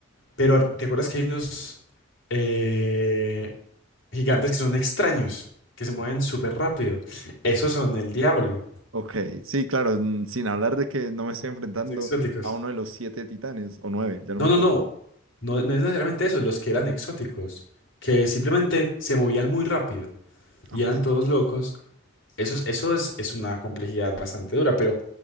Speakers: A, on the left; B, on the right.
A: pero ¿te acuerdas que hay unos eh, gigantes que son extraños, que se mueven súper rápido? Esos son el diablo,
B: Ok, sí, claro, mm, sin hablar de que no me estoy enfrentando
A: los exóticos.
B: a uno de los siete titanes, o nueve, ya no
A: No,
B: me acuerdo.
A: no, no. No, no es necesariamente eso, los que eran exóticos, que simplemente se movían muy rápido y
B: Ok.
A: eran todos locos. Eso es, eso es, es una complejidad bastante dura, pero...